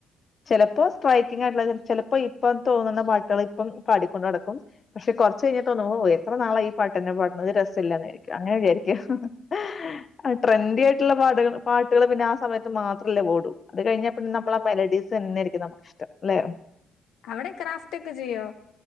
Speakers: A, on the left; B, on the left.
A: ചെലപ്പോ സ്ട്രൈക്കിങ് ആയിട്ടുള്ളത് ചെല ചെലപ്പോ ഇപ്പം തോന്നുന്ന പാട്ടുകൾ ഇപ്പം ഉം പാടും ഇപ്പ നടക്കും പക്ഷെ കൊറച്ച് കഴിഞ്ഞാ തോന്നും ഓ എത്രാ നാളാ ഈ പാട്ട്ന്നെ പാ അത് രസമല്ലന്ന് വിചാരിക്കും അങ്ങനെ വിചാരിക്കോയ് ഹ ഹ ഹ്‌ഹാ ആ ട്രെൻഡി ആയിട്ടുള്ള പാട്ടുകള് പാട്ടുകൾ പിന്നെ ആ സമയത്ത് മാത്രല്ലേ ഓടൂ അത് കഴിഞ്ഞാ പിന്ന നമ്മളാ മെലഡീസ് തന്നൊയിരിക്കും നമുക്ക് ഇഷ്ടം അല്ലെ
B: അവിടെ ക്രാഫ്റ്റ് ഒക്കെ ചെയ്യോ